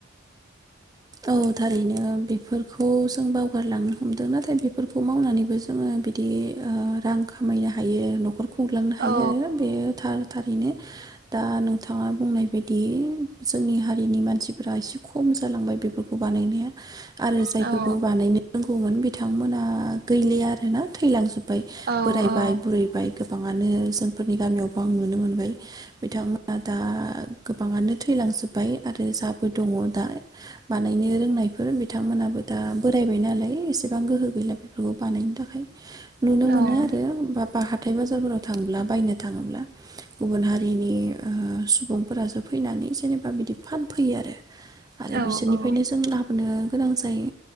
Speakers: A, on the right; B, on the right.
A: औ थारैनो बेफोरखौ जों बावगारलांनो हमदों नाथाय बेफोरखौ मावनानैबो जोङो बिदि रां खामायनो हायो। न'खर खुंलांनो हायो
B: औ
A: आरो बे थार। थारैनो दा नोंथाङा बुंनाय बायदि जोंनि हारिनि मानसिफोरा एसे खम जालांबाय। बे बानायनाया आरो जायफोरबो
B: औ
A: बानायनो रों दोंमोन बिथांमोना गैलिया आरोना थैलांजोबबाय। ओमफ्राय
B: औ
A: बोरायबाय
B: औ
A: बुरिबाय गोबाङानो जोंफोरनि गामियावबो आं नुनो मोनबाय बिथांमोना दा गोबाङानो थैलांजोबबाय आरो जाबो दङ दा बानायनो रोंनायफोर बिथांमोनाबो दा बोरायबाय नालाय एसेबां गोहो गैला बेफोरखौ बानायनो थाखाय। नुनो
B: औ
A: मोनो आरो बा-बाहाग हाथाय बाजारफोराव थांब्ला बायनो थाङोब्ला गुबुन हारिनि सुबुंफोरासो फैनानै जेनेबा बिदि फानफैयो आरो। आरो
B: औ
A: बिसोरनिफ्रायनो
B: औ
A: जों लाबोनो गोनां जायो